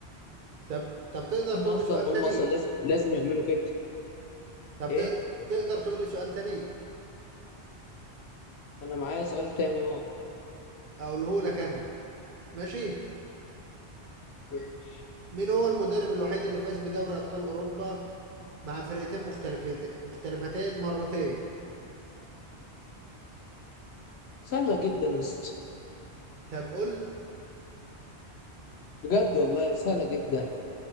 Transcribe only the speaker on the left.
هم
أصلا
هم أصلا لازم لازم يعملوا كده
إيه؟
انا معايا سؤال تاني اهو
ماشي
سهله جدا يا اسطى
بجد والله سهله جدا